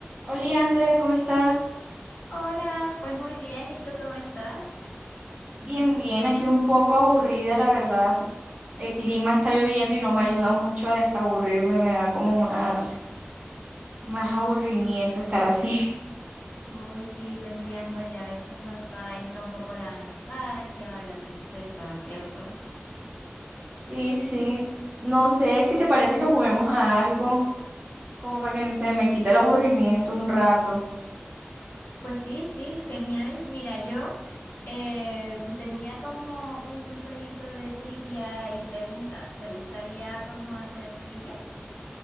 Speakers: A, on the right; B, on the left.
A: Hola, Andrea, ¿cómo estás?
B: Hola, pues muy bien, ¿y tú cómo estás?
A: Bien, bien, aquí un poco aburrida, la verdad. El clima está lloviendo y no me ayuda mucho a desaburrirme, me da como más, más aburrimiento estar así. <laughs>
B: Uy, sí, te entiendo y a veces hasta entra un poco la nostalgia y la tristeza, ¿cierto?
A: Sí, sí. No sé si te parece que juguemos a algo, como para que no se me quite el aburrimiento un rato.
B: Pues sí, sí, genial. Mira, yo eh, tenía como un jueguito de trivia y preguntas. ¿Te gustaría como hacer trivia?